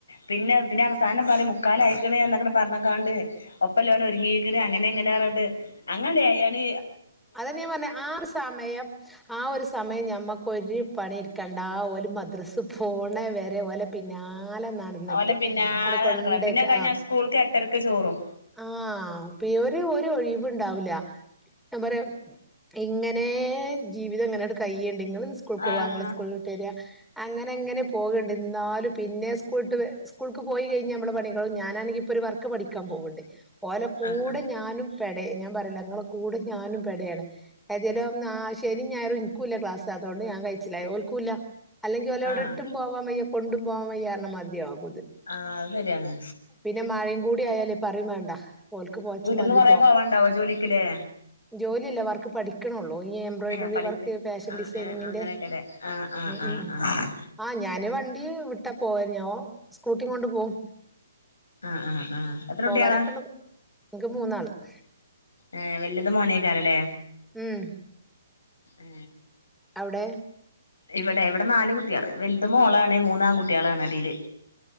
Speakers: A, on the left (about 70°); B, in the centre.
A: പിന്നെ പിന്നെ അവസാനം പറയും മുക്കാല് ആയെക്കണ് എന്നൊക്കെ പറഞ്ഞക്കാണ്ട് ഒപ്പം ലോന ഒരുങ്ങിയിക്കണ അങ്ങനെ എങ്ങനെയാറണ്ട് അങ്ങനങ്ങ് ആയആയാണ്
B: അതെന്നെ ഞാൻ പറ ഞ്ഞെ ആ സമയം ആ ഒരു സമയം ഞമ്മക് ഒര് പണിടുക്കണ്ട ഓല് മദ്രസ് പോണ വരെ ഓലെ പിന്നാലെ നടന്നിട്ട്
A: ഒലെ പിന്നാലെ
B: ആണ്ട് കൊണ്ടേക്ക
A: നടക്കണം പിന്നെ കഴിഞ്ഞ
B: ആഹ്
A: സ്കൂൾക്ക് എട്ടരക്ക് ചോറും.
B: ആഹ് ഇപ്പ ഈ ഒരു ഒരു ഒഴിവുണ്ടാവില്ല സത്യം പറയാ ഇങ്ങനെ ജീവിതം ഇങ്ങനെട് കഴിയാണ് ഇങ്ങള്സ്കൂൾ ക് പോവാ
A: ആഹ്
B: ഞങ്ങള് സ്കൂൾ വിട്ട് വര്യ അങ്ങനെ അങ്ങനെ പോകണ്ട് ഇന്നാലും പിന്നെ സ്കൂൾട്ട് സ്കൂൾക്ക് പോയി കഴിഞ്ഞാ ഞമ്മള പണികളും ഞാനാണെങ്കിൽ ഇപ്പോൾ ഒരു വർക്ക് പഠിക്കാൻ പോകണ്ട്. <inaudible> ഓലെ കൂടെ
A: ആഹ് ആഹ്
B: ഞാനും പെടെ യാണ് ഞാൻ പറയില്ല ഞങ്ങളെ കൂടെ ഞാനും പെടയാണ് ഏതിലും ശനി ഞായറും ഇനിക്കൂല്ലേ ക്ലാസ് അതുകൊണ്ട് ഞാൻ കഴിച്ച ഓൽക്കൂല്ല അല്ലെങ്കിൽ ഓലെ ഇവിടെ
A: ആഹ്
B: ഇട്ടും പോവാൻ വയ കൊണ്ടുപോവാൻ വയ്യാർന്നമതിയാവും.
A: ആഹ് അത് ശരിയാണ്
B: പിന്നെ മഴയും. കൂടിയായാലേ പറയും വേണ്ട ഓൽക്ക് പോച്ച
A: വീട്ടീന്ന്
B: മാതിരി
A: കൊറേ പോവാണ്ടാവോ ജോലിക്ക്ല്ലേ
B: ജോലി ഇല്ല വർക്ക് പഠിക്ക് ണൊള്ളൂ എംബ്രോയ്ഡറി
A: ഏഹ് പഠിക്ക്
B: വർക്ക് ഫാഷൻ
A: ആഹ്
B: ഡിസൈനിന്റെ
A: ഏഹ് അങ്ങനെയൊക്കെല്ലേ ആഹ് ആഹ്
B: ഉം
A: ആഹ് ആഹ്
B: ആ ഞാന് വ ടീവിട്ട പോവാഞ്ഞോ സ്കൂട്ടി കൊണ്ട് പോവും
A: ആഹ് ആഹ് ആഹ് എത്ര
B: പോവാനൊക്കെ
A: കുട്ടികളാ
B: ഉണ്ട് ഇനിക്ക് മൂന്നാള്. അ
A: ഏ വല്യാത് മോനേക്കാറല്ലേ
B: ഉം
A: ആ
B: അവിടെ
A: ഇവിടെ ഇവിടെ നാല് കുട്ടികള് വലുത മോളാണ് മൂന്നാംകുട്ടികള ആണ അടിയില്